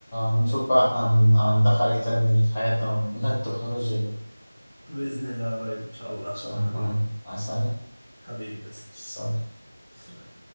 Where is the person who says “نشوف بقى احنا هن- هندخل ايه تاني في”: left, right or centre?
Centre